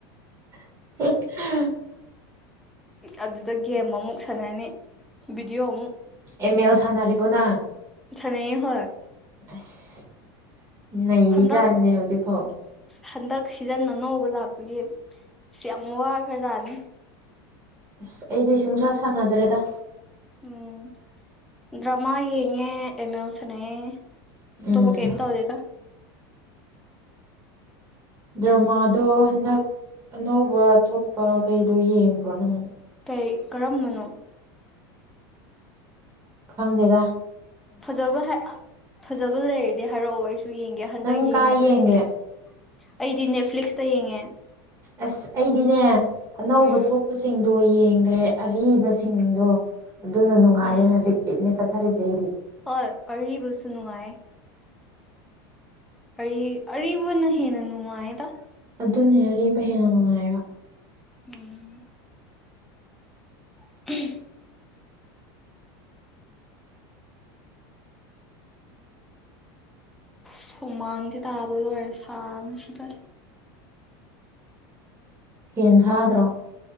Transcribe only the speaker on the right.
<unintelligible>
ꯑꯦꯝ ꯑꯦꯜ ꯁꯥꯟꯅꯔꯤꯕꯣ ꯅꯪ꯫
ꯑꯁ ꯅꯩꯔꯤ
ꯖꯥꯠꯅꯤꯅꯦ ꯍꯧꯖꯤꯛꯐꯥꯎ꯫
ꯑꯁ ꯑꯩꯗꯤ ꯁꯨꯡꯁꯥ ꯁꯥꯟꯅꯗ꯭ꯔꯦꯗ꯫
ꯎꯝ
ꯗ꯭ꯔꯃꯥꯗꯣ ꯍꯟꯗꯛ ꯑꯅꯧꯕ ꯊꯣꯛꯄ ꯀꯩꯗꯣ ꯌꯦꯡꯕ꯭ꯔꯣ ꯅꯪ
ꯐꯪꯗꯦꯗ
ꯅꯪ
ꯀꯥꯏ ꯌꯦꯡꯒꯦ
ꯑꯁ ꯑꯩꯗꯤꯅꯦ ꯑꯅꯧꯕ
ꯊꯣꯛꯄꯁꯤꯡ ꯑꯗꯨꯒꯥ ꯌꯦꯡꯗ꯭ꯔꯦ ꯑꯔꯤꯕꯁꯤꯡꯗꯣ ꯑꯗꯨꯅ ꯅꯨꯡꯉꯥꯏꯔꯦꯅ
ꯔꯤꯄꯤꯠꯅꯦ ꯆꯠ ꯆꯥꯔꯤꯁꯦ ꯑꯩꯗꯤ
ꯑꯗꯨꯅꯦ ꯑꯔꯤꯕ ꯍꯦꯟꯅ ꯅꯨꯡꯉꯥꯏꯕ
ꯍꯦꯟꯊꯥꯗ꯭ꯔꯣ